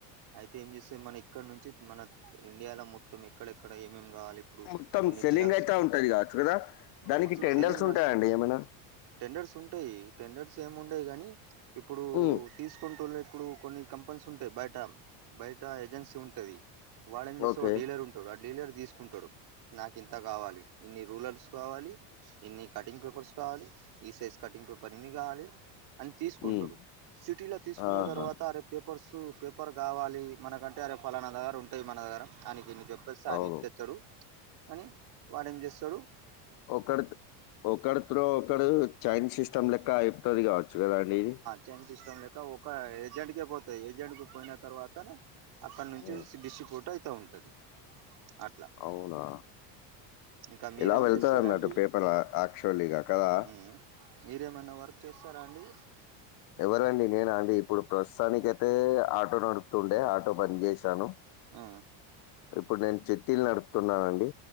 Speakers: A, on the right; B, on the left.
A: అయితే ఏం చేస్తయ్ మన ఇక్కడ నుంచి మన ఇండియాలో మొత్తం ఎక్కడెక్కడ ఏమేం కావాలి ఇప్పుడు
B: మొత్తం
A: కొన్ని
B: సెల్లింగ్
A: జిరాక్స్
B: అయితా ఉంటది కావచ్చు కదా దానికి
A: మొత్తం
B: టెండర్స్
A: సెల్లింగ్ నర్స్
B: ఉంటాయండి ఏమైనా
A: టెండర్స్ ఉంటాయి టెండర్స్ ఏమి ఉండాయి గాని ఇప్పుడు
B: హ్మ్.
A: తీసుకుంటూ ఇప్పుడు కొన్ని కంపెనీస్ ఉంటాయి బయట బయట ఏజెన్సీ ఉంటది వాళ్ళేంచేస్తరు
B: ఓకే.
A: డీలర్ ఉంటా ఆ డీలర్ తీసుకుంటాడు నాకు ఇంత కావాలి ఇన్ని రూరల్స్ కావాలి ఇన్ని కటింగ్ పేపర్స్ కావాలి ఈ సైజ్ కటింగ్ పేపర్ ఇన్ని కావాలి అని తీసుకుంటడు
B: హ్మ్.
A: సిటీలో తీసుకున్న
B: ఆహా!
A: తర్వాత రేపు పేపర్సు పేపర్ కావాలి మనకంటే అరే ఫలానా దగ్గర ఉంటాయి మన దగ్గర గానికి ఇన్ని పేపర్ పర్స్ అని
B: అవును.
A: తెస్తడు కానీ వాడేం చేస్తడూ
B: ఒకడి ఒకడిత్రో ఒకడు చైన్ సిస్టమ్ లెక్క అయిపోతది కావచ్చు కదా అండి ఇది
A: చెయిన్ సిస్టమ్ లెక్క ఒక ఏజెంట్ కే పోతాయ్ ఏజెంట్ కి పోయిన తర్వాత తనే అక్కడ నుంచి
B: హ్మ్.
A: డిస్ట్రిబ్యూట్ అయితా ఉంటది అ
B: అవునా
A: ఇంకా మీరేం
B: ఇలా వెళ్తది
A: చేస్తారండి
B: అన్నట్టు పేపర్ యాక్చువలీగా కదా
A: మ్ మీరేమైనా వర్క్ చేస్తారా అండి
B: ఎవరండి నేనా అండి ఇప్పుడు ప్రస్తుతానికి అయితే ఆటో నడుపుతుండే ఆటో బంద్ చేశాను
A: హ్మ్
B: ఇప్పుడు నేను చిట్టీలు నడుపుతున్నానండి